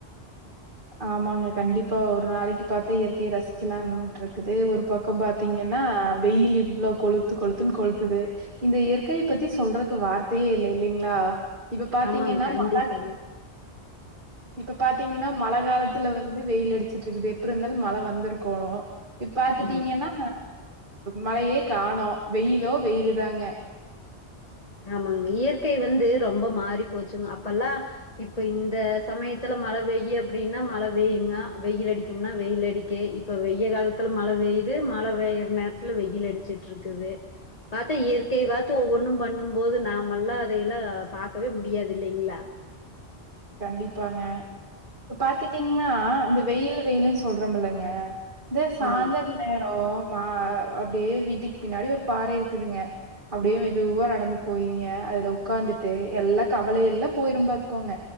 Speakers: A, on the right (about 50°); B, on the left (about 35°).
A: ஆமாங்க கண்டிப்பா ஒரு நாளைக்கி பாத்தா இயற்கைய ரசிக்கலான்ருக்குது ஒரு பக்கம் பாத்தீங்கன்னா வெயில் இவ்ளோ கொளுத்து கொளுத்துன்னு கொளுத்துது இந்த இயற்கையை பத்தி சொல்றக்கு வார்த்தையே இல்ல இல்லைங்ளா இப்ப பாத்தீங்கன்னா
B: ஆமாங்க கண்டிப்பாங்க
A: மாராஜ இப்ப பாத்தீங்ன்னா மழ காலத்துல வந்து வெயில் அடிச்சிட்ருக்குது எப்டி இருந்தாலு மழ வந்திருக்கோணு இப்ப பாத்துட்டீங்கன்னா
B: ஆமா
A: மழையே காணோ வெயிலோ வெயிலு தாங்க
B: ஆமாங் இயற்கை வந்து ரொம்ப மாறி போச்சுங்க அப்பல்லா இப்ப இந்த சமயத்துல மழ வெய்யு அப்டினா மழ வெயுங்க வெயில் அடிக்கும்னா வெயில் அடிக்கே இப்ப வெய்ய காலத்துல மழ பெய்து மழ வெயிற நேரத்துல வெயில் அடிச்சுட்ருக்குது அது இயற்கை பாத்து ஒவ்வொன்னும் பண்ணு போது நாம எல்லா அதையெல்லா பாக்கவே முடியாது இல்லேங்ளா
A: கண்டிப்பாங்க இப்ப பாத்துட்டீங்கனா இந்த வெயில் வெயில்னு சொல்றோமில்லங்க ந்து சாயந்தர்
B: ஆமாங்க,
A: நேரோ மா அப்டியே வீட்டுக் பின்னாடி ஒரு பாற இருக்குதுங்க அப்டியு மெதுவா நடந்து போயிங்க அதுல உக்காந்துட்டு எல்லா கவல எல்லா போயிரு பாத்துக்கோங்க